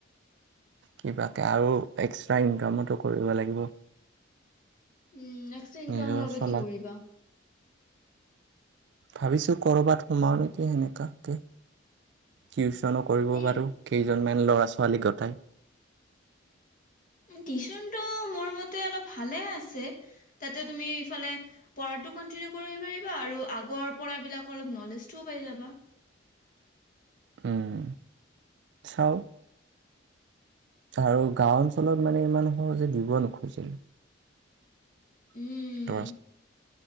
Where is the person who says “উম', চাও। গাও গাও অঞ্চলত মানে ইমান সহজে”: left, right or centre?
Right